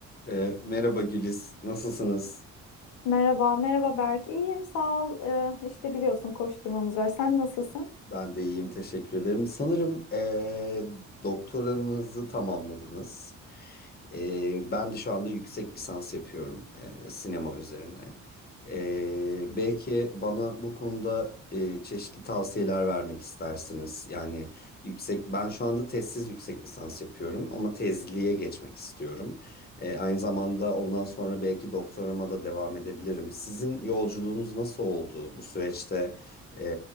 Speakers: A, on the left; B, on the left.
A: E, merhaba Güliz, nasılsınız?
B: Merhaba, merhaba Berk. İyiyim, sağ ol. Ee, işte biliyorsun koşturmamız var. Sen nasılsın?
A: Ben de iyiyim, teşekkür ederim. Sanırım e, doktoranızı tamamladınız. E, ben de şu anda yüksek lisans yapıyorum e, sinema üzerine. Ee, belki bana bu konuda e, çeşitli tavsiyeler vermek istersiniz. Yani yüksek, ben şu anda tezsiz yüksek lisans yapıyorum ama tezliğe geçmek istiyorum. Ee, aynı zamanda ondan sonra belki doktorama da devam edebilirim. Sizin yolculuğunuz nasıl oldu? Bu süreçte e,